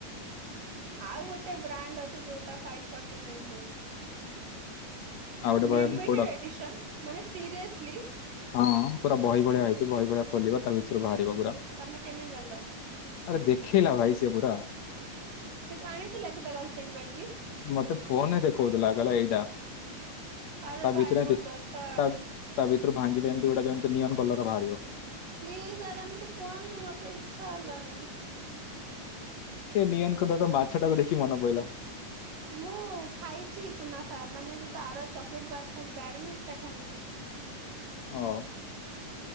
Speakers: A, on the right; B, on the left.
A: ଆଉ ଗୋଟେ ବ୍ରାଣ୍ଡ ଅଛି ଯୋଉଟା ଫାଇପ ଫଟି ନାଇନ ଦଉ
B: ଆଉ ଗୋଟେ ବହି
A: ଲିମିଟେଡ
B: କୋଉ
A: ଏଡିସନ୍ ମାନେ ସିରିଏସଲି।
B: ହଁ ପୁରା ବହି ଭଳିଆ ହେଇଛି ବହି ଭଳିଆ ଖୋଲିବ ତା ଭିତରୁ ବାହାରି ହାରିବ ପୂରା
A: ତମେ କେମିତି ଜାଣିଲ
B: ଆରେ ଦେଖେଇଲା ଭାଇ ସେ ପୁରା।
A: ସେ ଆଣିଥିଲା କି ତା ଗାର୍ଲଫ୍ରେଣ୍ଡ ପାଇଁ କି?
B: ମତେ ଫୋନ ରେ ଦେଖଉଥିଲା କହିଲା ଏଇଟା।
A: ଆରେ
B: ତା
A: ଭାଇ
B: ଭିତରେ ଏମିତି
A: ମୋ ଦରକାର।
B: ତା ତା ଭିତରୁ ଭାଙ୍ଗିଲେ ଏମିତି ଗୁଟା ଯେମିତି ନିଅନ କଲର ବାହାରିବ।
A: ପ୍ଲିଜ ସାର ଏମିତି କୁହନି ମତେ ଇଚ୍ଛା ହେଲାଣି।
B: ଏ ନିଅନ କଲରର ମାଛ ଟାକୁ ଦେଖିକି ମନେ ପଡିଲା।
A: ମୁଁ ଖାଇଛି କୁନାଫା ମାନେ ଯୋଉଟା ଆର ଚକୋଲେଟ ବାର ଖାଇଛି ଡେରିମିଲକ ଟା ଖାଇନି।
B: ହଉ।